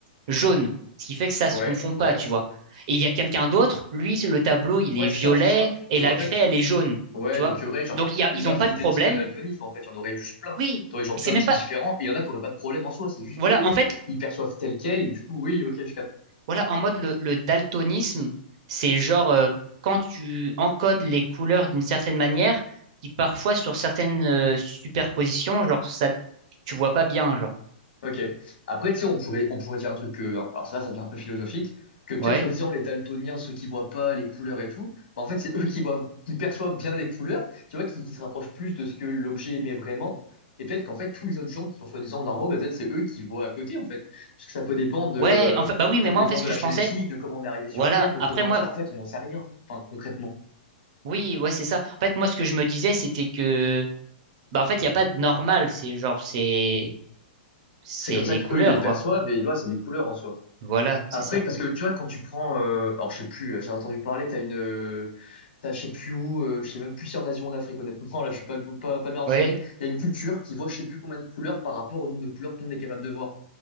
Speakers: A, on the right; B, on the left.
A: jaune, ce qui fait que ça
B: Ouais,
A: se confond pas,
B: ouais.
A: tu vois. Et il y a quelqu'un d'autre, lui, le tableau, il
B: Ouais,
A: est violet
B: c'est ça, c'est ça.
A: et
B: Donc
A: la
B: en
A: craie,
B: fait,
A: elle
B: il-
A: est jaune,
B: ouais,
A: tu vois.
B: donc il y aurait genre
A: Donc il y a,
B: une
A: ils
B: infinité
A: ont pas de problème.
B: de types de daltonisme, en fait, il y en aurait juste plein.
A: Oui,
B: T'aurais genre
A: mais
B: plein
A: c'est
B: de
A: même
B: types
A: pas.
B: différents, et il y en a qui auraient pas de problème en soi, c'est juste
A: Voilà,
B: que eux,
A: en fait,
B: ils perçoivent tel quel, et du coup, oui, ok, je capte.
A: voilà, en mode le, le daltonisme, c'est genre euh, quand tu encodes les couleurs d'une certaine manière, qui parfois sur certaines euh, superpositions, genre ça, tu vois pas bien, genre.
B: Ok. Après, tu sais, on pourrait, on pourrait dire un truc que, alors ça, ça devient un peu philosophique, que peut-être
A: Ouais.
B: soi-disant les daltoniens, ceux qui voient pas les couleurs et tout, bah, en fait, c'est eux qui voient, qui perçoivent bien les couleurs, tu vois, qui, qui se rapprochent plus de ce que l'objet émet vraiment. Et peut-être qu'en fait, tous les autres gens qui sont soi-disant normaux, bah, peut-être c'est eux qui voient à côté, en fait. Parce que ça peut dépendre de,
A: Ouais,
B: euh,
A: en fait, bah oui, mais
B: ça peut
A: moi,
B: dépendre
A: en fait, ce
B: de
A: que
B: la
A: je
B: génétique,
A: pensais,
B: de comment on est arrivé sur
A: voilà.
B: Terre, de
A: Après,
B: comment,
A: moi,
B: tu vois, en fait, on n'en sait rien, enfin, concrètement.
A: oui, ouais, c'est ça. En fait, moi, ce que je me disais, c'était que, bah, en fait, il n'y a pas de normal. C'est genre, c'est, c'est
B: C'est comme
A: les
B: ça qu'eux,
A: couleurs,
B: ils les perçoivent
A: quoi.
B: et, tu vois, c'est des couleurs en soi.
A: Voilà,
B: Après,
A: c'est ça.
B: parce que tu vois, quand tu prends, euh, alors je sais plus, j'ai entendu parler, t'as une, euh, t'as je sais plus où, euh, je sais même plus si en Asie ou en Afrique, honnêtement, <laughs> là je suis pas, pas, pas bien renseigné.
A: Ouais,
B: Il y a une culture qui voit je sais plus combien de couleurs par rapport au nombre de couleurs qu'on est capable de voir.